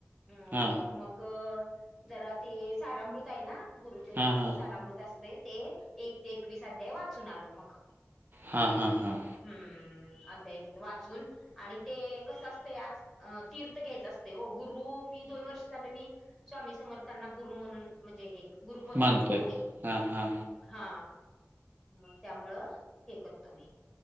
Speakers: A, in the centre; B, on the right.
A: अ
B: हा
A: मग जरा ते सारामृत आहे ना गुरुचरित्रच
B: हा हा
A: सारामृत. असतय ते एक ते एकवीस अध्याय वाचून आलो मग.
B: हा हा हा.
A: हम्म अद्याय तिथं वाचुन. आणि ते कसं असतेय आज तीर्थ घ्यायचं असतय हो गुरु मी दोन वर्ष झाले मी. स्वामी समर्थांना गुरु म्हणून म्हणजे हे गुरुपद
B: मानतोय
A: घेते ना मी.
B: हा हा.
A: हा गग त्यामुळं हे करतो मी.